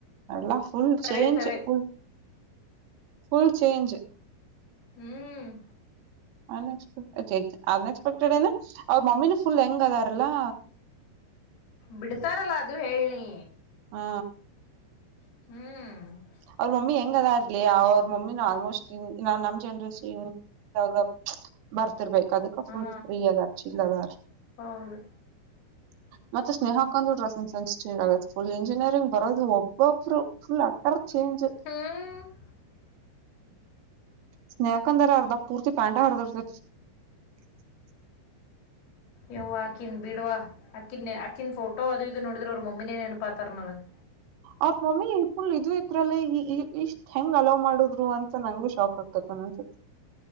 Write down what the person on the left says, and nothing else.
ಖರೆ
ಖರೆ
ಹ್ಮ್
ಬಿಡ್ತಾರಲ್ಲ ಅದು ಹೇಳ ನಿ.
ಹ್ಮ್
ಹಾ
ಹೌದು
ಹಾ
ಯವ್ವ ಅಕಿಂದ್ ಬಿಡವ ಅಕ್ಕಿನ ಅಕ್ಕಿನ ಫೋಟೋ ಅದು ಇದು ನೋಡಿದ್ರೆ ಅವ್ರ ಮಮ್ಮಿನೆ ನೆನಪಾತರ ನನಗ್.